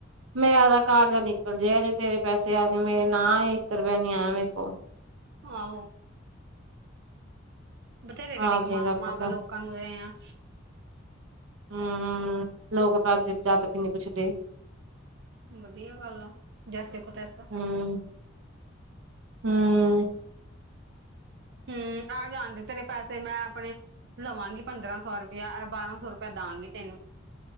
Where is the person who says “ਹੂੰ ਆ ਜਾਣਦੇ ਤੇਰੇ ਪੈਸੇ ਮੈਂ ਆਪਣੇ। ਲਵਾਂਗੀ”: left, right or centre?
Right